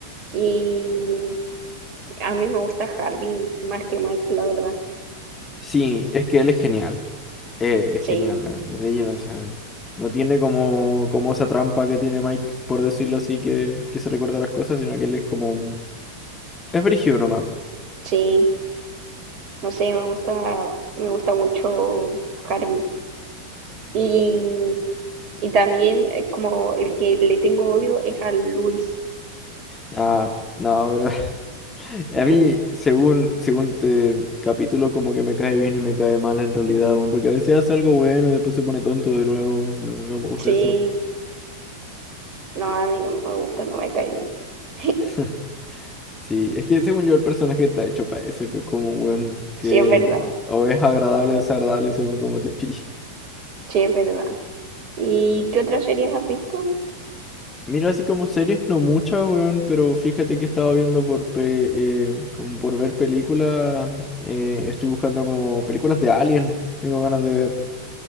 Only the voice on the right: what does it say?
Y a mí me gusta Harvey más que Mike, la verdad.
Sí,
sí. No sé, me gusta, me gusta mucho Harvey. Y, y también eh, como el que le tengo odio es a Luis.
<laughs>
Sí,
no, a mí no me gusta, no me cae bien. <laughs>
Sí,
es verdad,
sí, es verdad. ¿Y qué otras series has visto?